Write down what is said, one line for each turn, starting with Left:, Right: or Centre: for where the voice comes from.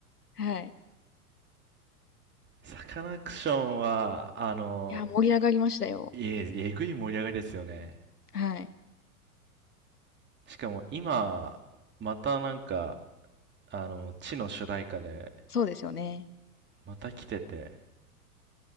Left: はい。
Right: サカナクションは、あの、
Left: いや、盛り上がりましたよ。
Right: え、えぐい盛り上がりですよね。
Left: はい。
Right: しかも今、またなんか、あの、地の主題歌で、
Left: そうですよね。
Right: また来てて、